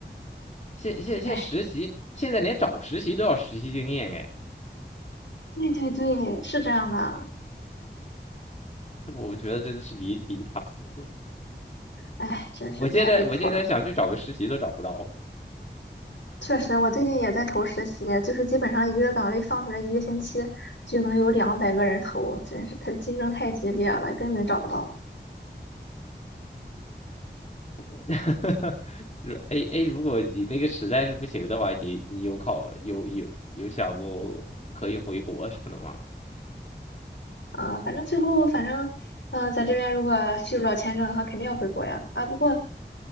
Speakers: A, on the left; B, on the left.
A: 现现现实习，
B: 哎，
A: 现在连找实习都要实习经验哎。
B: 对对对，是这样的。
A: 我觉得真的是离离大谱了
B: 哎，真是太离谱了。
A: 我现在我现在想去找个实习都找不到。
B: 确实，我最近也在投实习，就是基本上一个岗位放出来一个星期就能有两百个人投，真是它竞争太激烈了，根本找不到。
A: <laughs> 哈如 A A，如果你那个实在是不行的话，你你有考有有有想过可以回国什么的吗？
B: 啊、反正最后反正，呃，在这边如果续不了签证的话，肯定要回国呀。啊，不过